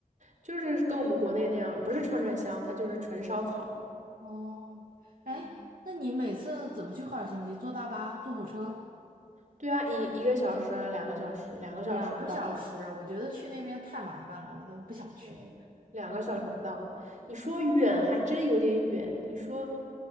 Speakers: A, on the right; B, on the right.
A: 就是跟我们国内那样，不是串串香，它就是纯烧烤。
B: 哦，哎，
A: 嗯，
B: 那你每次怎么去赫尔辛基？坐大巴，坐火车？
A: 对啊，一一个小时啊，两个小时，两个小时不到，
B: 两个小时，我觉得去那边太麻烦了，我都不想去。
A: 嗯，两个小时不到。你说远还真有点远，你说